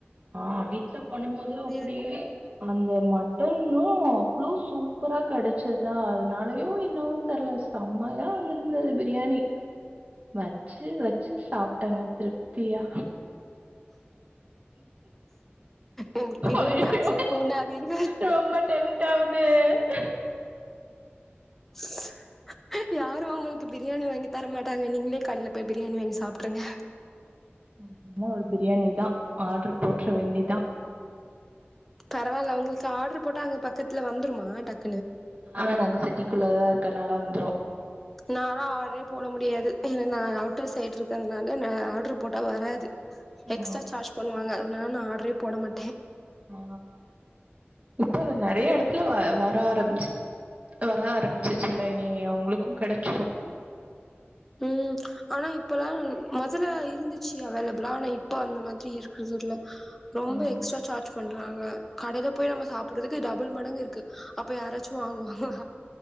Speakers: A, on the right; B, in the centre.
A: ஆ வீட்ல பண்ணும் போது அப்டியே
B: இருக்கு
A: அந்த மட்டன்னு அவ்ளோ சூப்பரா கிடைச்சதா அதனாலயோ என்னவோ தெர்ல செம்மையா வந்திருந்தது பிரியாணி வச்சு வச்சு சாப்ட்டேங்க திருப்தியா
B: எனக்கு பிரியாணி
A: அய்யய்யோ
B: ஆசைய தூண்டாதீங்க
A: ரொம்ப டெம்டாவுது <unintelligible>
B: ஸ்ஸ் யாரு ஒங்களுக்கு பிரியாணி வாங்கி தர மாட்டாங்க நீங்ளே கடலே போய் பிரியாணி வாங்கி சாப்ருங்க
A: இன்னு ஒரு பிரியாணி தா ஆட்ரு போட்ற வேண்டியதா
B: பரவால்ல ஒங்களுக்கு ஆர்டரு போட்டா அங்க பக்கத்ல வந்துருமா டக்
A: ஆ நாங்க சிட்டிக்குள்ளதா இருக்கனால ந்துரு
B: நாலா ஆர்ரே போட முடியாது ஏ நா அவுட்டர் சைடு இருக்கிறதுனால நா ஆர்டரு போட்டா வராது
A: ஆ
B: எக்ஸ்ட்டா சார்ஜ் பண்ணுவாங்க இன்னா நா ஆடரே போட மாட்டே
A: ஆ இப்ப நெறைய இடத்துல வ வர ஆரம்பிச்சி வர ஆரம்பிச்சுச்சில்ல இனி அவுங்களுக்கு கெடச்சிடு
B: ம் ஆனா இப்பல்லா முதல்ல இருந்துச்சி அவைலபிளா ஆனா இப்போ அந்த மாரி இருக்குதுல்ல ரொம்ப
A: ம்
B: எக்ஸ்ட்ரா சார்ஜ் பண்றாங்க கடைல போய் நம்ம சாப்புறதுக்கு டபுள் மடங்கு இருக்கு அப்ப யாராச்சு வாங்குவாங்களா